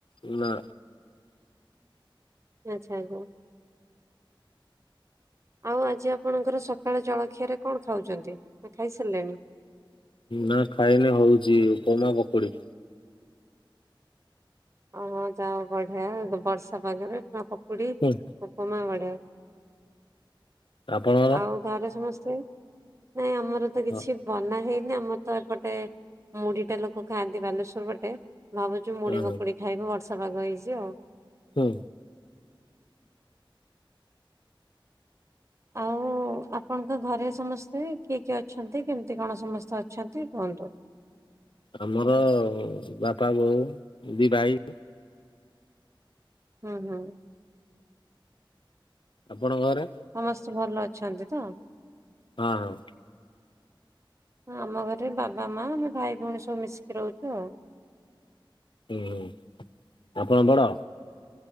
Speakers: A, on the left; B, on the right.
A: ଏ ନା।
B: ଆଚ୍ଛା ଆଗ ଆଉ ଆଜି ଆପଣଙ୍କର ସକାଳ ଜଳଖିଆରେ କଣ ଖାଉଚନ୍ତି ନା ଖାଇସାରିଲେଣି?
A: ନା ଖାଇନି ହଉଚି ଉପମା ପକୁଡି।
B: ଓ ହଁ ଯା ବଢିଆ ବର୍ଷା ପାଗରେ ତ ପକୁଡି
A: ହୁଁ
B: ଉପମା ବଢିଆ।
A: ଆପଣଙ୍କର?
B: ଆଉ ଘରେ ସମସ୍ତେ, ନାଇଁ ଆମର ତ କିଛି
A: ହଁ
B: ବନା ହେଇନି ଆମ ତ ଏପଟେ ମୁଢି ଟା ଲୋକ ଖାଆନ୍ତି ବାଲେଶ୍ୱର ପଟେ ଭାବୁଛୁ ମୁଢି
A: ହୁଁ
B: କୁ ଖାଇବୁ ବର୍ଷା ପାଗ ହେଇଛି ଆଉ।
A: ହୁଁ।
B: ଆଉ ଆଉ ଆପଣଙ୍କ ଘରେ ସମସ୍ତେ କିଏ କିଏ ଅଛନ୍ତି କେମିତି କଣ ସମସ୍ତେ ଅଛନ୍ତି କୁହନ୍ତୁ?
A: ଆମର ବାପା, ବୋଉ, ଦି ଭାଇ
B: ହଁ, ହଁ।
A: ଆପଣଙ୍କ ଘରେ?
B: ସମସ୍ତେ ଭଲ ଅଛନ୍ତି ତ?
A: ହଁ, ହଁ।
B: ହଁ ଆମ ଘରେ ବାବା ମା ଆମେ ଭାଇ ଭଉଣୀ ସବୁ ମିଶିକି ରହୁଛୁ ଆଉ।
A: ହୁଁ, ହୁଁ, ଆପଣ ବଡ଼?